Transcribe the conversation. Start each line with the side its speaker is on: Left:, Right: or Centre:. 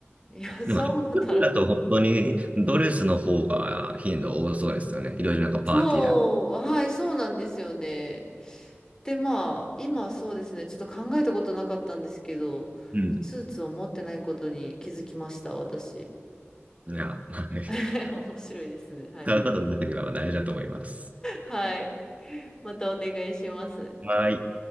Left: いや、
Right: でも、
Left: そう思ったら。
Right: 服だと本当にドレスの方が頻度多そうですよね。いろいろなんかパーティーだ。
Left: そう、はい、そうなんですよね。で、まあ、今そうですね、ちょっと考えたことなかったんですけど、
Right: うん。
Left: スーツを持ってないことに気づきました、私。
Right: いや、はい
Left: <laughs> 面白いですね。はい。
Right: 使うことだけでは大事だと思います。
Left: はい。またお願いします。
Right: はい。